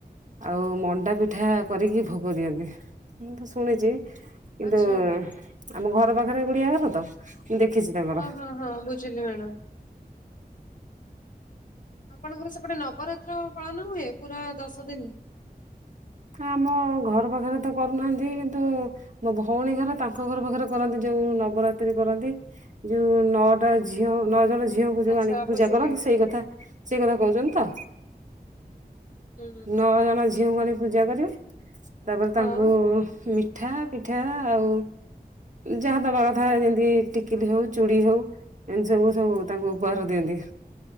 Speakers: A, on the right (about 50°); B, on the left (about 55°).
A: ଆଉ ମଣ୍ଡା ପିଠା କରିକି ଭୋଗ ଦିଅନ୍ତି ମୁଁ ତ ଶୁଣିଚି। କିନ୍ତୁ
B: ଆଚ୍ଛା
A: ଆମ ଘର ପାଖରେ ଗୁଡିଆଘର ତ। ମୁଁ ଦେଖିଛି ତାଙ୍କର
B: ହଁ ହଁ ହଁ ବୁଝିଲି ମ୍ୟାଡ଼ାମ। ଆପଣଙ୍କର ସେପଟେ ନବରାତ୍ର ପାଳନ ହୁଏ ପୁରା ଦଶ ଦିନ?
A: ହଁ ମୋ ଘର ପାଖରେ ତ କରୁନାହାନ୍ତି କିନ୍ତୁ ମୋ ଭଉଣୀ ଘର ତାଙ୍କ ଘର ପାଖରେ କରନ୍ତି ଯୋଉ ନବରାତ୍ରି କରନ୍ତି। ଯୋଉ ନଅଟା ଝିଅ ନଅ ଜଣ ଝିଅ ଯୋଗ
B: ଆଚ୍ଛା
A: ଆଣିକି ପୂଜା
B: ବୁଝିଲି।
A: କରନ୍ତି ସେଇ କଥା ସେଇ କଥା କହୁଚନ୍ତି ତ
B: ହୁଁ
A: ନଅ ଜଣ ଝିଅଙ୍କୁ ଆଣି ପୂଜା କରିବେ ତାପରେ
B: ହଁ
A: ତାଙ୍କୁ ମିଠା ପିଠା ଆଉ ଯାହା ଦବା କଥା ଯେମତି ଟିକିଲି ହଉ ଚୁଡ଼ି ହଉ ଏମିତି ସବୁ ସବୁ ତାଙ୍କୁ ଉପହାର ଦିଅନ୍ତ।